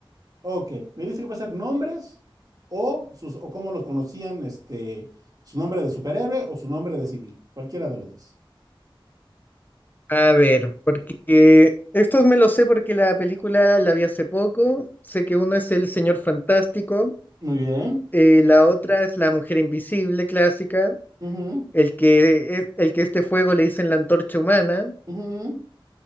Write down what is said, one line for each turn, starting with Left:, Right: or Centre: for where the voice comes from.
Right: Ok, me dice que va a ser nombres o sus, o cómo los conocían, este, su nombre de superhéroe o su nombre de civil, cualquiera de los dos.
Left: A ver, porque estos me los sé porque la película la vi hace poco. Sé que uno es el Señor Fantástico,
Right: Muy bien.
Left: eh, la otra es la Mujer Invisible clásica,
Right: Ujú,
Left: el que, es- el que este fuego le dicen la antorcha humana,
Right: ujú.